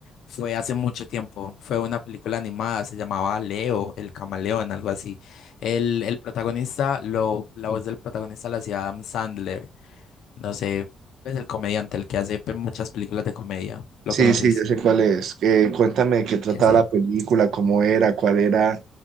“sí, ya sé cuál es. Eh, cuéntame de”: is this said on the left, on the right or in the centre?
Right